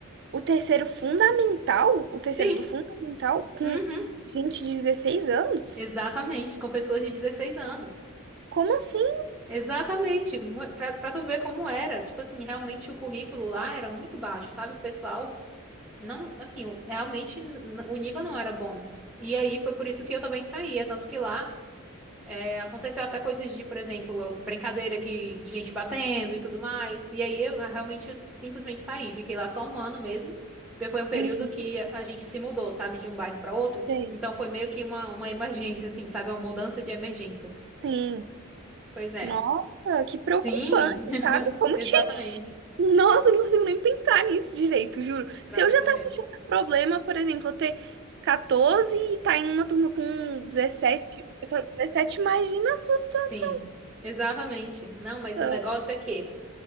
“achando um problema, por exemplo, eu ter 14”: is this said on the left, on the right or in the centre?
Right